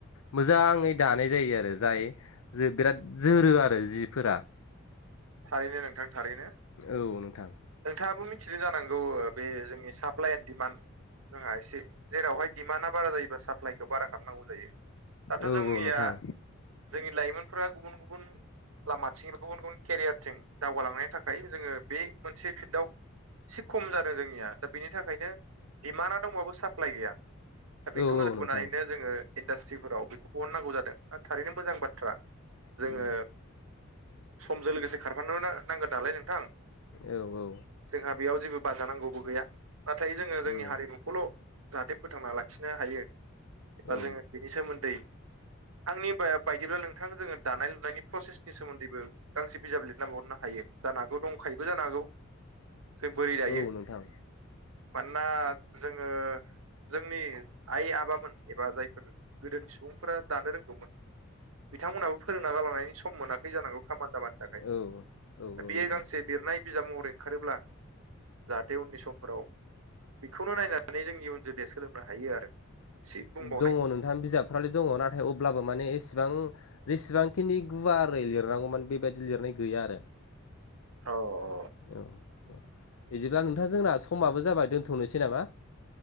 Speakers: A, on the left; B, on the right.
A: मोजाङै दानाय जायो आरो जाय जो बिराद जोरो आरो जिफोरा।
B: थारैनो नोंथां थारैनो।
A: औ नोंथां।
B: नोंथाङाबो मिथिदों जानांगौ ओ बे जोंनि साप्लाइ एन्ड डिमान्ड जोंहा एसे जेरावहाय दिमान्डआ बारा जायोबा सा प्लाइखौ बारा खालामनांगौ जायो। दाथ'
A: औ
B: जोंनिया
A: औ नोंथां
B: जोंनि लाइमोनफोरा गुबुन गुबुन लामाथिं गुबुन गुबुन केरियारथिं दावगालांनायनि थाखाय जोङो बे मोनसे फिल्डाव एसे खम जादों जोंनिया। दा बिनि थाखायनो दिमाना दंबाबो साप्लाय गैया। दा बेखौ
A: औ
B: नोजोर
A: औ नोंथां
B: बोनानैनो जोङो इन्डास्ट्रिफोराव बेखौ बहननांगौ जादों थारैनो मोजां बाथ्रा। जोङो
A: उम।
B: समजों लोगोसे खारफानोबो नांगोन नालाय नोंथां।
A: औ औ।
B: जोंहा बेयाव जेबो बाजानांगौबो गैया। नाथाय जोङो जोंनि
A: उम
B: हारिमुखौल' जाहाथे फोथांना लाखिनो हायो एबा
A: औ
B: जोङो बेनि सोमोन्दै आंनि बा-बायदिब्ला नोंथां जोङो दानाय लुनायनि प्रसेसनि सोमोन्दैबो गांसे बिजाब लिरनानै हरनो हायो जानो हागौ। दंखायोबो जा नो हागौ जों बोरै दायो।
A: औ नोंथां
B: मानोना जोङो जोंनि आइ आबामोन एबा जायफोर गोदोनि सुबुंफोरा दानो रोंगौमोन। बिथांमोनाबो फोरोंना गालांनायनि सम मोनाखै जानांगौ। खामानि दामानि थाखाय।
A: औ
B: दा
A: औ औ
B: बेयो
A: नोंथां
B: गांसे लिरनाय बिजाब महरै ओंखारोब्ला जाहाथे उननि समफोराव बेखौनो नायनानै जोंनि उन जोलैया सोलोंनो हायो आरो। एसे बुंबावनाय
A: दङ नोंथाङा बिजाबफ्रालाय दङ नाथाय अब्लाबो माने एसेबां जेसेबांखिनि गुवारै लिरनांगौमोन बेबायदि लिरनाय गैया आरो।
B: औ औ
A: औ औ बिदिब्ला नोंथां जोंना समाबो जाबाय दोन्थ'नोसै नामा?